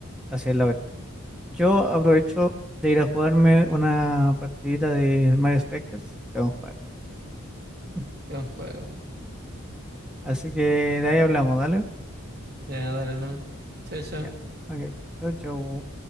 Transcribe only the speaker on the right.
Buen juego.
Ya, dale, no. Chao, chao.